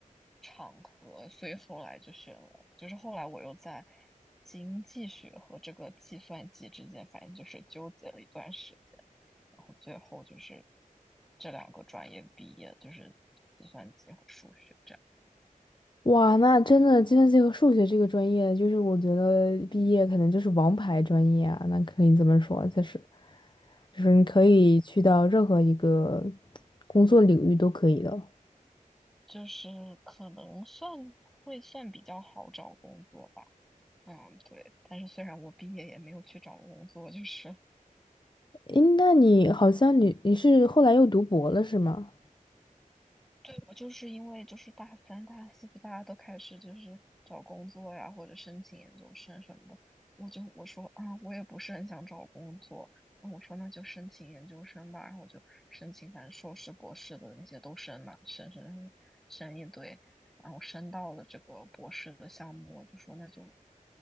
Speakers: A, in the centre; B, on the left.
A: 场合，所以后来就选了，就是后来我又在经济学和这个计算机之间，反正就是纠结了一段时间，然后最后就是这两个专业毕业，就是计算机和数学这样，
B: 哇，那真的计算机和数学这个专业，就是我觉得毕业可能就是王牌专业啊，那可以这么说，就是就是你可以去到任何一个工作领域都可以的。
A: 就是可能算会算比较好找工作吧。嗯，对，但是虽然我毕业也没有去找工作，就是。
B: 诶，那你好像你你是后来又读博了是吗？
A: 对，我就是因为就是大三、大四不大家都开始就是找工作呀，或者申请研究生什么的，我就我说啊，我也不是很想找工作，那我说那就申请研究生吧，然后我就申请，反正硕士、博士的那些都申嘛，申申申申一堆，然后申到了这个博士的项目，我就说那就